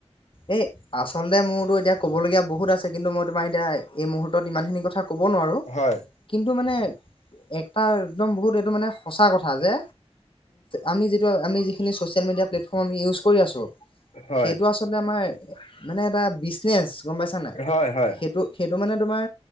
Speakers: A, on the left (about 50°); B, on the left (about 85°).
A: এ আচলতে মোৰতো এতিয়া ক'বলগীয়া বহুত আছে কিন্তু মই তোমাৰ এতিয়া এই মুহূুৰ্তত ইমান খিনি কথা কব নোৱাৰো
B: হয়।
A: কিন্তু মানে এটা একদম বহুত এইটো মানে সঁচা কথা যে আমি যিটো আমি যিখিনি ছচিয়েল মিডিয়া প্লেটফৰ্ম আমি ইউজ কৰি আছো
B: হয়।
A: সেইটো আচলতে আমাৰ মানে এটা বিজনেচ গম পাইছা নাই
B: হয় হয়।
A: সেইটো সেইটো মানে তোমাৰ